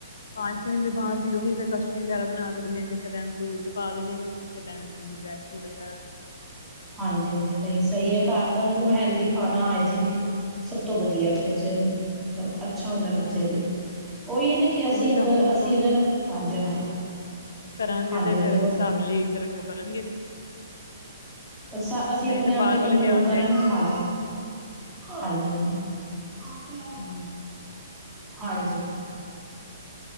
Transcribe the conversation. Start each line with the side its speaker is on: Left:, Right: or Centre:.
Left: ਆਈਸਕ੍ਰੀਮ ਵੀ ਬਾਹਰ ਦੀ ਉਹੀ ਕਸਟਡ ਵਗੈਰਾ ਬਣਾ ਦੇਨੀ ਆ ਕਿਸੇ ਟਾਈਮ ਫਰੂਟ ਪਾ ਦੇਨੀ ਆ ਵਿਚ ਕਿਸੇ ਟਾਈਮ ਡਰੈਗ ਫਰੂਟ ਵਗੈਰਾ।
Centre: ਹਾਂਜੀ ਹਾਂਜੀ ਨਹੀਂ ਸਹੀ ਹੈ ਘਰ ਦਾ ਮਤਲਬ ਹੈਲਦੀ ਖਾਣਾ ਹਾਈਜੈਨਕ ਸਭ ਤੋਂ ਵਧੀਆ ਬੱਚਿਆਂ ਨੂੰ ਮਤਲਬ ਅੱਛਾ ਹੁੰਦਾ ਬੱਚਿਆਂ
Left: ਹਾਂਜੀ।
Centre: ਲਈ ਉਹੀ ਨਾ ਕਿ ਅਸੀਂ
Left: ਉਹੀ ਨਾ
Centre: ਅਗਰ,
Left: ਹੋਣ
Centre: ਅਸੀਂ
Left: ਤੋਂ
Centre: ਅਗਰ ਹਾਂਜੀ, ਹਾਂਜੀ।
Left: ਕਰਾਂਗੇ
Centre: ਹਾਂਜੀ
Left: ਤੇ
Centre: ਹਾਂਜੀ
Left: ਫੇਰ ਉਸ
Centre: ਬੋਲ
Left: ਹਿਸਾਬ ਨਾਲ ਹੀ ਫਿਰ ਉਹ ਕਰਨਗੇ।
Centre: ਅਸ ਅਸੀਂ
Left: ਨਹੀਂ
Centre: ਆਪਣੇ ਆਪ
Left: ਬਾਹਰ
Centre: ਤੇ
Left: ਵਾਲੇ
Centre: ਕੰਟਰੋਲ
Left: ਧਿਆਨ
Centre: ਕਰਾਂਗੇ
Left: ਰਹੇਗਾ।
Centre: ਹਾਂ ਹਾਂਜੀ, ਹਾਂਜੀ।
Left: ਹਾਂਜੀ।
Centre: ਹਾਂਜੀ।